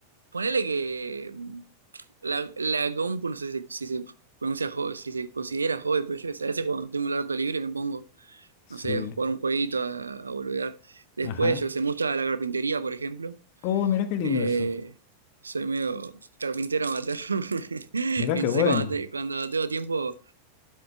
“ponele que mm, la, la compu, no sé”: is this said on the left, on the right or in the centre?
Right